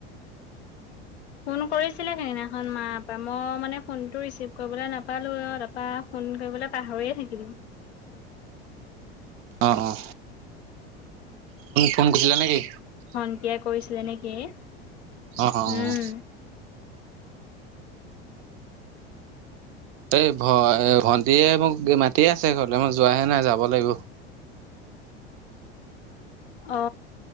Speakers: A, on the left; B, on the right.
A: <unintelligible> ফোন কৰিছিলে সেইদিনাখন মাৰ মই মানে ফোনটো ৰিচিভ কৰিবলৈ নাপালোঁ তাৰা ফোন কৰিব লে পাহৰিয়ে থাকিলোঁ।
B: অ, অ, <unintelligible> নেকি?
A: ভণ্টিয়ে কৰিছিলে নেকি?
B: অ, অ, অ।
A: উম <unintelligible>
B: এই ভ-ভন্টিয়ে মোক মাতিে আছে ঘৰলৈ মই যোৱাহে নাই যাব লাগিব।
A: অ,